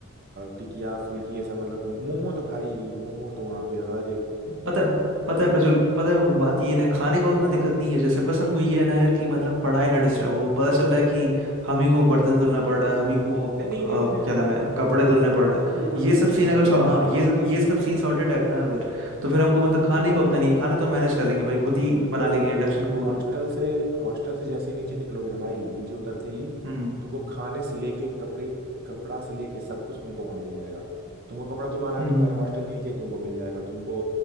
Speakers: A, on the right; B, on the right.
A: टिकिया फुल्की ऐसा मतलब तुम मोमो तो भाई मोमो तो वहां पे हर एक
B: पता है पता है प्रज्वल पता है बात ये है ना खाने का उतना दिक्कत नहीं है जैसे बस हमको ये है ना यार कि मतलब पढ़ाई ना डिस्टर्ब हो पता चल रहा है कि हम ही को बर्तन धुलना पड़ रहा है हम ही को अ,
A: नहीं नहीं नहीं नहीं
B: क्या
A: नहीं नहीं
B: नाम
A: नहीं
B: है
A: नहीं नहीं
B: कपड़े धुलने पड़ रहे
A: बिल्कुल
B: हैं
A: कुछ
B: ये
A: नहीं
B: सब
A: कुछ नहीं
B: सीन
A: इसका
B: अगर सॉ-
A: टेंशन
B: हाँ
A: ना लो
B: ये सब ये सब सीन सॉर्टेड है ना अगर तो फिर हमको मतलब खाने का उतना नहीं है खाना तो मैनेज कर लेंगे भाई खुद ही
A: देखो
B: बना
A: देखो
B: लेंगे इंडक्शन
A: तुम
B: कुकर
A: हॉस्टल से हॉस्टल से जैसे ही नीचे निकलोगे ना भाई नीचे उतरते ही
B: हम्म
A: तुमको खाने से लेके कपड़े कपड़ा से लेके सब कुछ तुमको वहां मिल जाएगा तुमको कपड़ा धुलवाना है
B: हम्म
A: तुम्हारे
B: हम्म
A: हॉस्टल के नीचे ही तुमको मिल जाएगा तुमको